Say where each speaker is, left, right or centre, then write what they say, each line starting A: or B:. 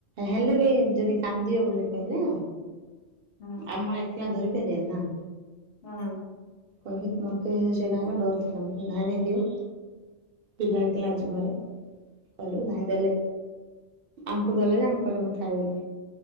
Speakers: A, on the right; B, on the left.
A: ହେଲେ ବି ଯଦି କାନ୍ଦିଅ ବୋଲି କହିଲେ।
B: ହୁଁ ହୁଁ
A: ଆମ ଏକ୍ଲା ଧରିପାରିବେନି ନା।
B: ହଁ
A: ଏମିତ୍ ମୋତେ ସେଇଟାଙ୍କ ଡର ଥିଲା। ମୁଁ କହିଲି ଯାହା ଭାବିବ ପିଲା ଏକଲା ଆଜି ଘରେ କହିଲାକୁ ଧାଇଁ ଗଲେ। ଆଙ୍କୁ ଦେଲେ ଯେ ଆଙ୍କେ କହିଲେ ମୁଁ ଖାଇବିନି।